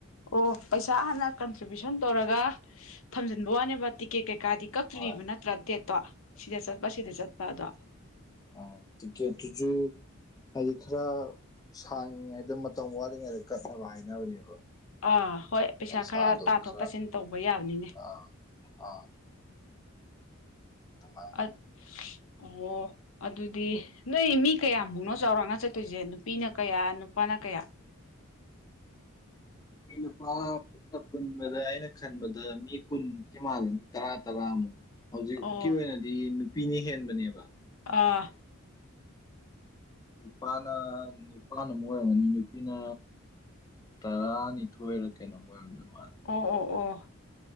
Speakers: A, on the left (about 70°); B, on the left (about 15°).
A: ꯑꯣ ꯄꯩꯁꯥ ꯍꯥꯟꯅ ꯀꯟꯇ꯭ꯔꯤꯕ꯭ꯌꯨꯁꯟ ꯇꯧꯔꯒ ꯊꯝꯖꯤꯟꯕ ꯋꯥꯅꯦꯕ ꯇꯤꯛꯀꯦꯠ ꯀꯩꯀꯥꯗꯤ ꯀꯛꯇ꯭ꯔꯤꯕ
B: ꯍꯣꯏ
A: ꯅꯠꯇ꯭ꯔꯥ ꯗꯦꯠꯇꯣ ꯁꯤꯗ ꯆꯠꯄ ꯁꯤꯗ ꯆꯠꯄ ꯑꯗꯣ
B: ꯑ ꯇꯤꯦ ꯇꯨꯖꯣ ꯍꯥꯏꯗꯤ ꯈꯔ ꯁꯥꯡꯂꯤꯉꯩꯗ ꯃꯇꯝ ꯋꯥꯠꯂꯤꯉꯩꯗ ꯀꯠꯅꯕ ꯍꯥꯏꯅꯕꯅꯦꯕ
A: ꯑꯥ ꯍꯣꯏ ꯄꯩꯁꯥ
B: ꯄꯩꯁꯥꯗꯣ
A: ꯈꯔ ꯇꯥꯊꯣꯛ
B: ꯈꯔ
A: ꯇꯥꯁꯤꯟ ꯇꯧꯕ ꯌꯥꯕꯅꯤꯅꯦ
B: ꯑꯥ ꯑꯥ <inaudible>
A: ꯑꯣ ꯑꯗꯨꯗꯤ ꯅꯣꯏ ꯃꯤ ꯀꯌꯥꯃꯨꯛꯅꯣ ꯆꯥꯎꯔꯥꯛꯅ ꯆꯠꯇꯣꯏꯁꯦ ꯅꯨꯄꯤꯅ ꯀꯌꯥ ꯅꯨꯄꯥꯅ ꯀꯌꯥ
B: ꯩꯅ ꯐ ꯄꯨꯟꯕꯗ ꯑꯩꯅ ꯈꯟꯕꯗ ꯃꯤ ꯀꯨꯟ ꯀ ꯃꯥꯜꯂꯦ ꯃꯤ ꯇꯔꯥ ꯇꯔꯥꯃꯨꯛ ꯍꯧꯖꯤꯛꯀꯤ
A: ꯑꯣ
B: ꯑꯣꯏꯅꯗꯤ ꯅꯨꯄꯤꯅ ꯍꯦꯟꯕꯅꯦꯕ
A: ꯑꯥ
B: ꯅꯨꯄꯥꯅ ꯅꯨꯅꯤꯄꯥꯅ ꯑꯃꯨꯛ ꯑꯣꯏꯔꯝꯒꯅꯤ ꯅꯨꯄꯤꯅ ꯇꯔꯥꯅꯤꯊꯣꯏꯔ ꯀꯩꯅꯣ ꯑꯣꯏꯔꯝꯗꯣꯏ ꯃꯥꯜꯂꯦ
A: ꯑꯣ ꯑꯣ ꯑꯣ